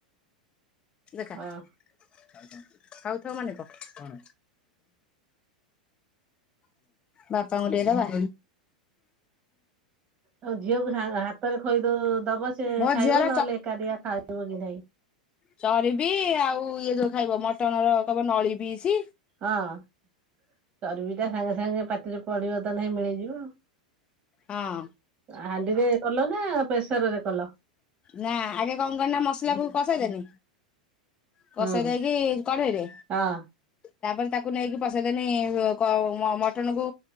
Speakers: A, on the left; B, on the right.
A: ଖାଉଥାଉ
B: ହଁ
A: ମାନେ କଣ? ବାପା ଙ୍କୁ ଟିକେ ଦବା।
B: ତମ ଝିଅକୁ ସା ହାତରେ ଖୋଇଦଉ ଦବ ସେ
A: ମୋ
B: ଖାଇବ
A: ଝିଅର
B: ନହେଲେ ଏକାଟିଆ ଖାଇବ କି ନାହିଁ।
A: ଚରବି ଆଉ ଇଏ ଯୋଉ ଖାଇବ ମଟନ ର କହିବ ନଳି ପିସି।
B: ହଁ। ଚର୍ବିଟା ସାଙ୍ଗେ ସାଙ୍ଗେ ପାଟିରେ ପଡିବ ତ ନାଇଁ ମିଳେଇ ଯିବ।
A: ହଁ।
B: ଆ ହାଣ୍ଡିରେ କଲ ନା ପ୍ରେସରରେ କଲ?
A: ନା। ଆଗେ କଣ କଲି ନା ମସଲା କୁ କସେଇଦେନି କଷେଇ
B: ହୁଁ
A: ଦେଇକି କଢେଇରେ,
B: ହଁ
A: ତାପରେ ତାକୁ ନେଇକି ପଷେଇଦେନି କ ମଟନକୁୁ